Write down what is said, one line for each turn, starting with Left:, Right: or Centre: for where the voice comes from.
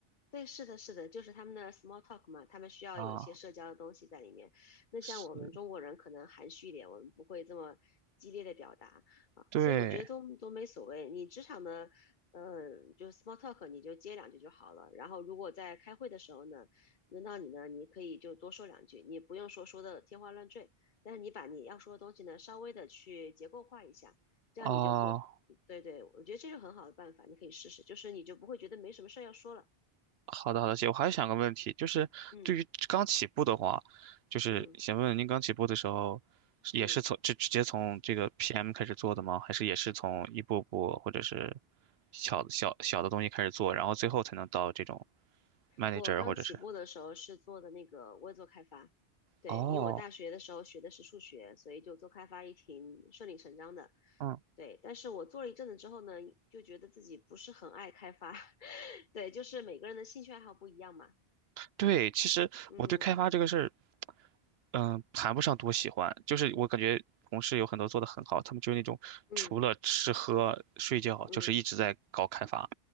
Left: 对，是的，是的，就是他们的 small talk 嘛，他们需要有一些社交的东西在里面。
Right: 啊。
Left: 那像我们中国人可能含蓄一点，
Right: 是，
Left: 我们不会这么激烈的表达啊，
Right: 对，
Left: 所以我觉得都都没所谓。你职场的，呃，就是 small talk，你就接两句就好了。然后如果在开会的时候呢，轮到你呢，你可以就多说两句，你不用说说的天花乱坠，但是你把你要说的东西呢，稍微的去结构化一下，这样你就不，
Right: 啊。
Left: 对对，我觉得这是很好的办法，你可以试试，就是你就不会觉得没什么事儿要说了。
Right: 好的，好的，姐，我还想个问题，就是对于刚起步的话，
Left: 嗯
Right: 就是想问问您刚起步的时候，
Left: 嗯
Right: 是也是从直直接从这个
Left: 嗯，
Right: PM 开始做的吗？还是也是从一步步或者是小小小的东西开始做，然后最后才能到这种 manager
Left: 我刚起步的时候是做的那个，
Right: 或者是？
Left: 我也做开发，对，
Right: 哦，
Left: 因为我大学的时候学的是数学，所以就做开发也挺顺理成章的，
Right: 嗯。
Left: 对。但是我做了一阵子之后呢，就觉得自己不是很爱开发，<laughs> 对，就是每个人的兴趣爱好不一样嘛，
Right: 对，其实我对开发这个事儿，
Left: 嗯
Right: 嗯、谈不上多喜欢，就是我感觉同事有很多做得很好，他们就是那种除了吃喝睡觉，
Left: 嗯嗯
Right: 就是一直在搞开发，